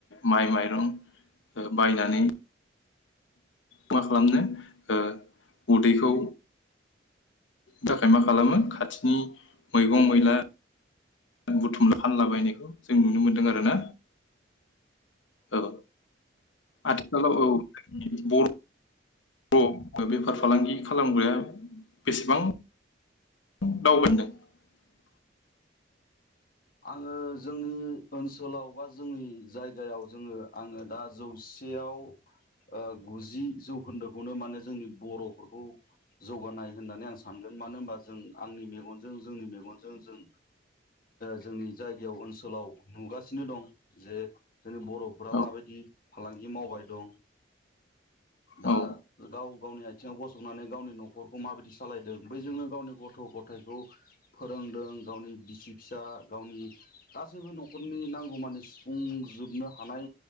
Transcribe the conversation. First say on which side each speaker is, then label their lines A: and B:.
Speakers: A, on the left; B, on the left.
A: माइ माइरं बायनानै मा खालामनो ओ उदैखौ थाखाय मा खालामो खाथिनि मैगं मैला बुथुम फानलाबायनायखौ जों नुनो मोनदों आरो ना? औ आथिखालाव औ बर' बेफार फालांगि खालामग्राया बेसेबां <unintelligible>
B: आङो जोंनि ओनसोलाव बा जोंनि जायगायाव जोङो आङो दा जौसेयाव ओ गुजि जौखोन्दोखौनो माने जोंनि बर'फोरखौ जौगानाय होननानै आं सानगोन। मानो होनबा जों आंनि मेगनजों जोंनि मेगनजों जों जोंनि जायगायाव ओनसोलाव नुगासिनो दं, जे जोंनि बर'फोरा
A: औ
B: माबायदि फालांगि मावबाय दं। दा
A: औ
B: गाव गावनि आथिङाव गसंनानै गावनि न'खरखौ माबायदि सालायदों बैजोंनो गावनि गथ' गथायाइखौ फोरोंदों गावनि बिसि फिसा गावनि गासैबो न'खरनि नांगौमानि सुफुंजोबनो हानाय